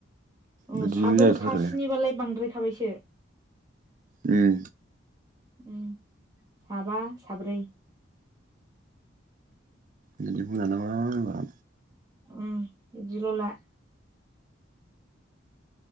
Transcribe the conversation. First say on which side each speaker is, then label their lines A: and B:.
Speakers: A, on the right (about 20°); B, on the right (about 40°).
A: उम
B: बिदिनो
A: साद'
B: जायोथ'
A: सास्निबालाय
B: आरोलै
A: बांद्रायख थाबायसो
B: उम
A: उम साबा साब्रै ।
B: बिदिखौ लानांगो आंहा
A: उम बिदिल'ला ।